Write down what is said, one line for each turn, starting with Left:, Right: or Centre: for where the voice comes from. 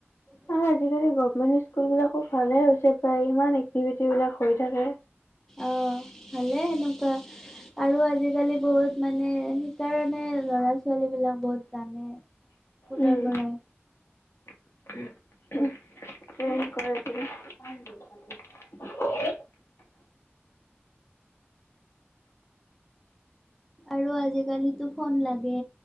Centre: <unintelligible>
Left: আৰু আজিকালি গভমেন্ট স্কুল বিলাকো ভালে হৈছে প্ৰায় ইমান এক্টিভিটি বিলাক হৈ থাকে।
Centre: অ', ভালে এনকাৱা। আৰু আজিকালি বহুত মানে সেইকাৰণে লৰা ছোৱালী বিলাক বহুত জানে। ফুলৰ
Left: উম,
Centre: বৰাই।
Left: <unintelligible> <unintelligible>
Centre: আৰু আজিকালিতো ফোন লাগে